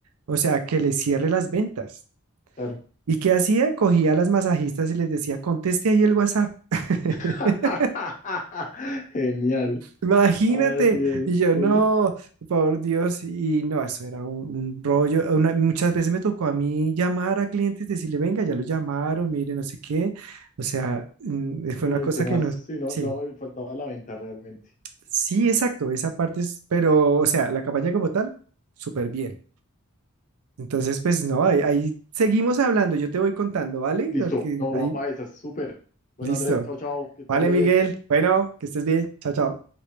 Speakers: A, on the right; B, on the left.
A: o sea, que le cierre las ventas.
B: claro.
A: ¿Y qué hacía? Cogía a las masajistas y les decía, conteste ahí el WhatsApp. <laughs>
B: <laughs> Genial.
A: Imagínate,
B: Ay, Dios,
A: y yo
B: sí.
A: no, por Dios, y no, eso era un, un rollo. una- muchas veces me tocó a mí llamar a clientes, decirle, venga, ya lo llamaron, mire, no sé qué. O sea, mm, eh, fue
B: No,
A: una cosa
B: y tenaz.
A: que no,
B: Sí, no,
A: sí,
B: no, faltaba la venta realmente.
A: sí, exacto, esa parte es, pero, o sea, la campaña como tal, súper bien. Entonces, pues no, ahí, ahí seguimos hablando, yo te voy contando, ¿vale?
B: Listo.
A: Porque
B: No,
A: ahí,
B: va para esas. Súper. Bueno,
A: listo.
B: Andrés, chao, chao. Que te
A: Vale,
B: vaya
A: Miguel,
B: bien.
A: bueno, que estés bien, chao, chao.